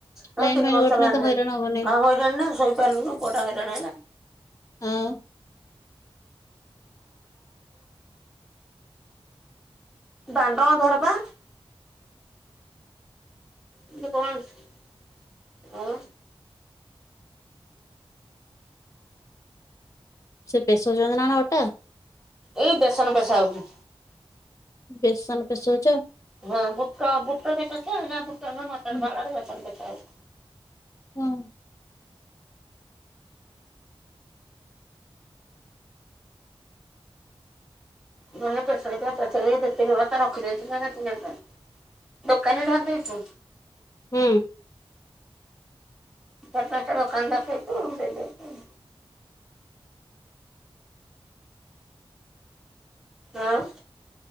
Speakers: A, in the centre; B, on the left.
A: ଆମେ
B: ଲାଇନ
A: ତିନି
B: ଫାଇନ୍
A: ବର୍ଷ
B: କଟିଲେ
A: ହେଲା ଆଣିଲୁଣି।
B: ତ ହଇରାଣ ହବନି।
A: <unintelligible> ଶୋଇପାରିଲୁନୁ ପୁଅଟା ହଇରାଣ ହେଲା।
B: ଆଉ
A: <inaudible> କିନ୍ତୁ କଣ ଆଉ
B: ସେ ପେଷଉଛନ୍ତି ନା କଣ ଅଟା?
A: ଏଇ ବେସନ ପେଷା ହେଉଛି।
B: ବେସନ ପେଷଉଛ?
A: ହଁ ବୁଟ ବୁଟ <unintelligible> ନା ବୁଟ ନା ମଟର
B: ହୁଁ
A: ଫାଳରେ ବେସନ ପେଷା ହଉଛି।
B: ହୁଁ।
A: ନହେଲେ ପେଷା ହେଇଥିବ ପଚାରିବୁ ଦି ତିନି ମାସ ରଖି ଦେଇଥିବେ <unintelligible> ଆସିକି ନେବେ। ଦୋକାନି ଧରି ଦେଇଛୁ?
B: ହୁଁ।
A: ଚାରି ପାଞ୍ଚଟା ଦୋକାନ ଧରି‌ଦେଇଛୁ, ଦେଇ ଦେଉଛୁ। ଆଉ